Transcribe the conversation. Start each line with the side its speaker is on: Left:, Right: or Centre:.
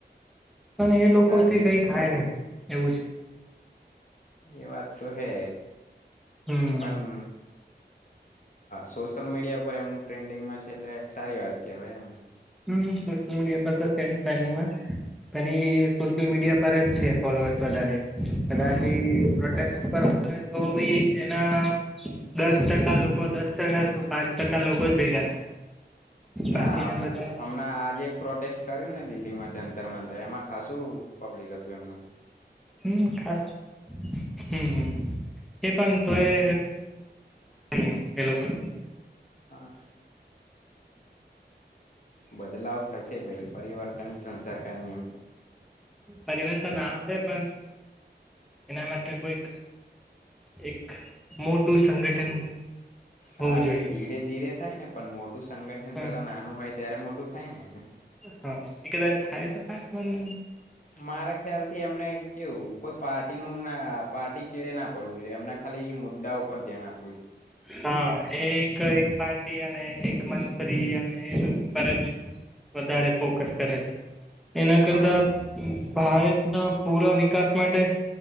Centre: પણ એ લોકો
Left: રાજનીત
Centre: થી કઈ થાય નહી એવું છે
Left: એ વાત તો હે
Centre: હમ
Left: પણ સોશિયલ મીડિયા પર એમનું ટ્રેન્ડિંગમાં છેલ્લે સારી વાત કેવાય એમ
Centre: હમ સોશિયલ મીડિયા પર તો છે ટ્રેન્ડિંગમાં પણ એ સોશિયલ મીડિયા પર જ છે ફોલોઅર્સ વધારે
Left: હમ
Centre: કદાચી પ્રોટેસ્ટ પર તો બી એના દસ ટકા લોકો દસ ટકા તો પાંચ ટકા લોકો જ ભેગા થાય
Left: ના
Centre: બાકીના બધા
Left: હમણાં આજે પ્રોટેસ્ટ કર્યું ને દિલ્હીમાં જંતર મંતર એમાં ખાસું પબ્લિક હત તો એમના
Centre: હમ ખાસ હમ એ પણ તોય એમ એ લોકો
Left: હા બદલાવ થશે ભાઈ પરિવર્તન સંસાર ક નિયમ
Centre: પરિવર્તન આવશે પણ એના માટે કોઈ એક મોટું સંગઠન હોવું
Left: હા
Centre: જોઈએ
Left: એ ધીરે ધીરે થાય ને મોટ સંગઠન
Centre: હા
Left: પેલા નાનું હોય ત્યારે મોટું થાય ને
Centre: હા એ કદાચ થાય તો થાય પણ
Left: મારા ખ્યાલ થી અમને કેવું કોઈ પાર્ટીનુંું ના પાર્ટી ચેડે ના પડવું જોઈએ એમના ખાલી મુદ્દા ઉપર ધ્યાન આપ
Centre: હા એક એક પાર્ટી અને. એક મ્રી અને એ લોકો પર જ વધારે ફોકસ કરે છે. એના કરતા.
Left: હા
Centre: ભારત ના પૂરા વિકાસ માટે